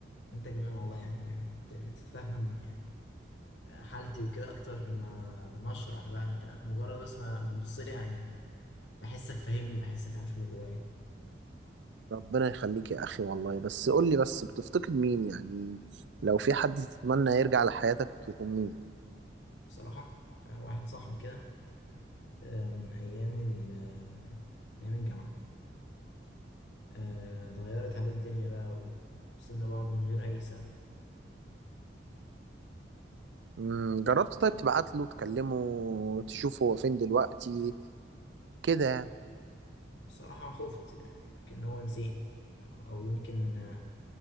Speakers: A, on the left; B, on the right.
A: انت كمان والله يعني بت- بتتفهم يعني حالتي وكده اكتر ما ما اشرح بقى انت مجرد بس ما تبص لي يعني بحسك فاهمني بحسك عارف اللي جوايا
B: ربنا يخليك يا أخي والله بس قول لي بس بتفتقد مين يعني لو في حد تتمنى يرجع لحياتك يكون مين
A: بصراحه آه، واحد صاحبي كده آه، من ايام ال آه، من ايام الجامعه آه، اتغيرت عليه الدنيا بقى وسيبنا بعض من غير اي سبب
B: مم. جربت طيب تبعت له تكلمه تشوفه هو فين دلوقتي كده يعني.
A: بصراحه خفت يعني يمكن هو نسيني او أو يمكن آه،